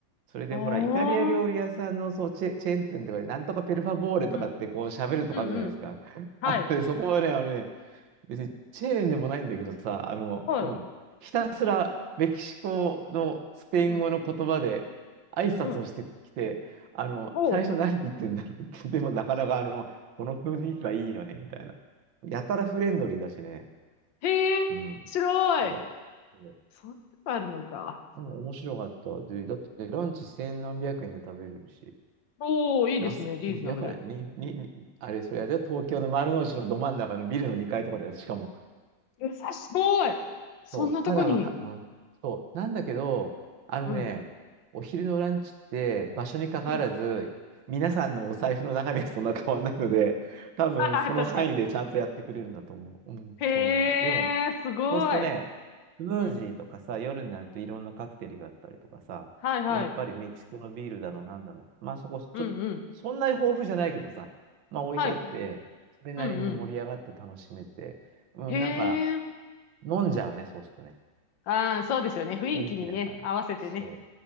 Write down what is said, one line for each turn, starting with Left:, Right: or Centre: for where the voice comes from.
Right: それでほら、
Left: ああ。
Right: イタリア料理屋さんのそうチェ、
Left: うん、
Right: チェーン店とかで、なんとかペルファボーレとかってこう喋るとかあるじゃないですか。
Left: うん、うん。はい。
Right: あのねそこはね、あのね、別にチェーンでもないんだけどさ、あの、
Left: はい。
Right: うん、ひたすらメキシコのスペイン語の言葉で挨拶をしてきて、
Left: うん、うん。
Right: あの、
Left: おお。
Right: 最初何言ってんだろうって、<laughs> でもなかなかあの、この雰囲気はいいよね、みたいな。やたらフレンドリーだしね。
Left: へえ、面白い。
Right: うん。そう。そう
Left: そんなとこあるのか。
Right: もう面白かった。で、だってランチ千何百円で食べれるし。
Left: おー、いいですね。
Right: 安い、
Left: リーズナブル。
Right: やばい。に、に、に、あれ、それあれだよ東京の丸の内のど真ん中のビルの2階とかだよ、しかも。
Left: やさすごい。そんなとこに。
Right: そう、まだわか、うん、そう、なんだけど、あのね、
Left: うん。
Right: お昼のランチって場所に関わらず、
Left: うん。
Right: 皆さんのお財布の中身はそんな変わらないので、多分その範囲でちゃんとやってくれるんだと思う。
Left: あはは確かに。
Right: うん、
Left: へえ、
Right: そう。でも、
Left: すごい。
Right: そうするとね、スムージーとかさ、
Left: うん。
Right: 夜になるといろんなカクテルがあったりとかさ、
Left: はいはい。
Right: でやっぱりメキシコのビールだの、なんだの。まあそこ、ちょっと、
Left: うんうん。
Right: そんなに豊富じゃないけどさ、まあ置いてあって、
Left: はい。うん
Right: それなりに盛り上がって楽しめて、
Left: うん。
Right: うん、
Left: へ
Right: なんか
Left: え。
Right: 飲んじゃうね、そうするとね。
Left: ああ、そうですよね。雰囲気にね、
Right: 元気だから。
Left: 合わせてね。
Right: そ